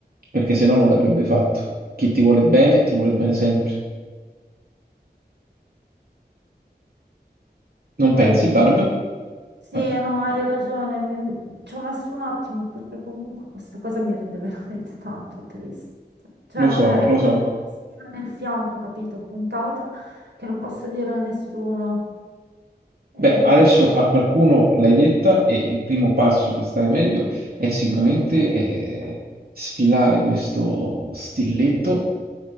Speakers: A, on the right; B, on the right.
A: perché se no non l'avrebbe fatto. Chi ti vuole bene, ti vuole bene sempre. Non
B: Poi
A: pensi,
B: hai ragione.
A: Barb?
B: Sì,
A: Ok,
B: no, hai ragione, mi- ci ho messo un attimo perché comunque questa cosa mi rende <laughs> veramente tanto triste. Cioè,
A: Lo
B: non
A: so,
B: è, è
A: lo
B: come
A: so.
B: avere una spina nel fianco, capito? Puntata che non posso dire a nessuno. E...
A: Beh, adesso a qualcuno l'hai detta e il primo passo per stare meglio è sicuramente eh, sfilare questo stilletto,